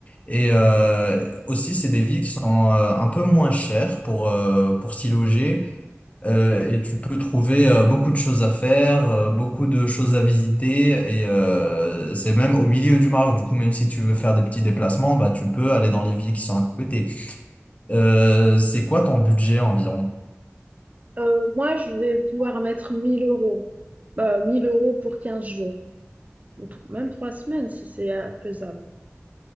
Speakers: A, on the left; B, on the right.
A: Et euh, aussi, c'est des villes qui sont euh, un peu moins chères pour, euh, pour s'y loger. Euh, et tu peux trouver euh, beaucoup de choses à faire, euh, beaucoup de choses à visiter, et euh, c'est même au milieu du Maroc. Du coup, même si tu veux faire des petits déplacements, bah, tu peux aller dans les villes qui sont à côté. Euh, c'est quoi ton budget environ?
B: Euh, moi, je vais pouvoir mettre 1000 euros. Bah, 1000 euros pour 15 jours. Ou tr- Même 3 semaines si c'est euh, faisable.